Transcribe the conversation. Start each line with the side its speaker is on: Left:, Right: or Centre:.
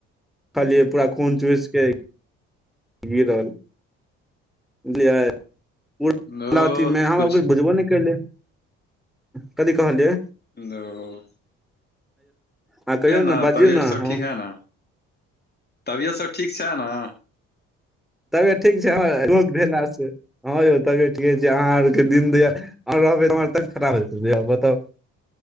Centre: खलियै पूरा खुन चूइस के गिरल बुझलियै मुदा
Left: ओ
Centre: अथिमे हम
Left: कुछ
Centre: आब बुझबो नहि कैलियै कथि कहलियै।
Left: हेलो
Centre: हँ कहियौ
Left: न
Centre: ने बाजियौ
Left: तबियत
Centre: ने
Left: सब ठीक हा न तबियत सब ठीक छै ना
Centre: तबियत ठीक छै हमर रोग भेला से हाँ यौ तबीयत ठीके छैय अहाँ आरके दिन दया रहबै त हमर तबीयत खराब हेतै बताउ <inaudible>